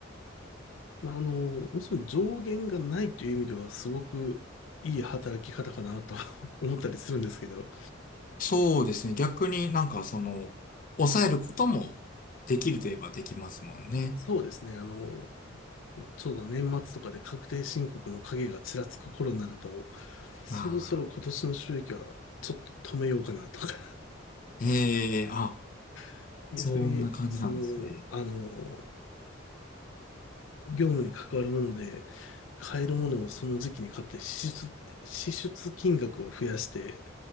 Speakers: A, on the left; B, on the left.
A: まあ、あの、もちろん上限がないという意味ではすごくいい働き方かなと <laughs> 思ったりするんですけど、
B: そうですね。逆になんか、その、抑えることもできるといえばできますもんね。
A: そうですね、あの、ちょうど年末とかで確定申告の影がちらつく頃になると、そろそろ今年の収益はちょっと止めようかなとか、
B: ああ。へえ、あ、
A: <laughs> 逆に、
B: そんな感じなんですね。
A: その、あの、業務に関わるもので、買えるものをその時期に買って支出、支出金額を増やして、